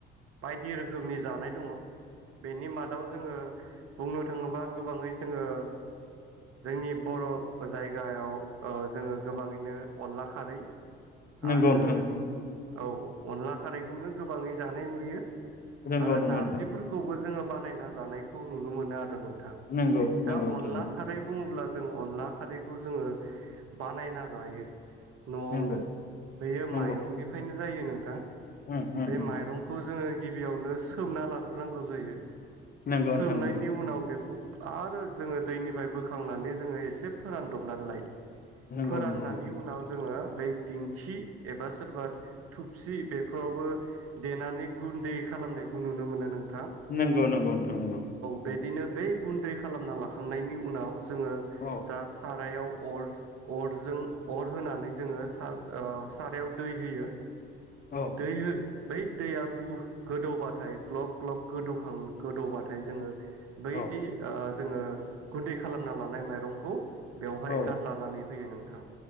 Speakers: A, on the right (about 50°); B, on the left (about 30°).
A: बायदि रोखोमनि जानाय दङ बेनि मादाव जोङो बुंनो थाङोबा गोबाङै जोङो जोंनि बर' जायगायाव ओ जोङो गोबाङैनो अनला खारै
B: नंगौ
A: आरो
B: नोथां नंगौ।
A: औ। अनला खारैखौनो गोबाङै जानाय नुयो।
B: नंगौ
A: आरो
B: नंगौ
A: नारजिफोरखौबो जोङो बानायना जानायखौ नुनो मोनो आरो नों थां
B: नोंथां नंगौ नंगौ
A: दा
B: नोंथां
A: अनला
B: नंगौ
A: खारै बुङोब्ला जों अनला खारैखौ जोङो बानायना जायो । न'आवनो
B: नंगौ
A: बेयो
B: नंगौ
A: माइरंनिफ्रायनो जायोनो। थां।
B: उम उम
A: बे
B: उम
A: माइरंखौ जोङो गिबियावनो सोमना लाग्रोनांगौ जायो।
B: नंगौ
A: सोमनायनि
B: नोंथां नंगौ
A: उनाव बेखौ आरो जोङो दैनिफ्राय बोखांनानै जोङो एसे फोरानदबनानै लायो।
B: नंगौ
A: फोराननायनि
B: नंगौ नोंथां
A: उनाव जोङो बै दिंखि एबा सोरबा थु स्रि बेफोरावबो देनानै गुन्दै खालामनायखौ नुनो मोनो नों
B: नंगौ नंगौ नोंथां नंगौ नंगौ।
A: बिदिनो बै गुन्दै खालामना लाखांनायनि उनाव जोङो
B: औ
A: जा सारायाव अर अरजों अर होनानै जोङो ओ सारायाव दै होयो।
B: औ
A: दै हो बै दैया गु गोदौबाथाय ग्लब ग्लब गोदौखां गोदौबाथाय जोङो बै
B: औ
A: दि ओ जोङो गुन्दै खालामना लानाय माइरंखौ बेवहाय
B: औ
A: गार लानानै होयो नों थां।